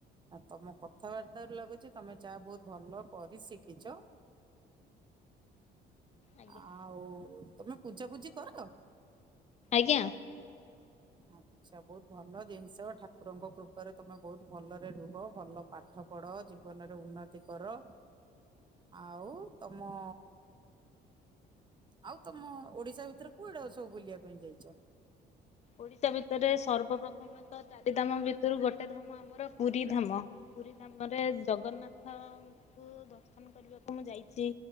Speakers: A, on the right; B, on the left.
A: ଆ ତମ କ ଥା ବାର୍ତ୍ତା ରୁ ଲାଗୁଚି ତମେ ଚା ବହୁତ ଭଲ କରି ଶିଖିଚ।
B: ଆଜ୍ଞା।
A: ଆଉ ତମେ ପୂଜାପୂଜି କର?
B: ଆଜ୍ଞା।
A: ଆଛା ବହୁତ ଭଲ ଜିନିଷ ଠାକୁରଙ୍କ କୃପାରେ ତମେ ବହୁତ ଭଲରେ ରୁହ ଭଲ ପାଠ ପଢ ଜୀବନରେ ଉନ୍ନତି କର। ଆଉ ତମ ଆଉ ତମ ଓଡିଶା ଭିତରେ କୁଆଡ ସବୁ ବୁଲିବା ପାଇଁ ଯାଇଚ?
B: ଓଡିଶା ଭିତରେ ସର୍ବ ପ୍ର୍ରଥମେ ତ ଚାରି ଧାମ ଭିତରୁ, ଗୋଟେ ଧାମ ଆମର ପୁରୀ ଧାମ ପୁରୀ ଧାମରେ ଜଗନ୍ନାଥଙ୍କୁ ଦର୍ଶନ କରିବାକୁ ମୁଁ ଯାଇଛି।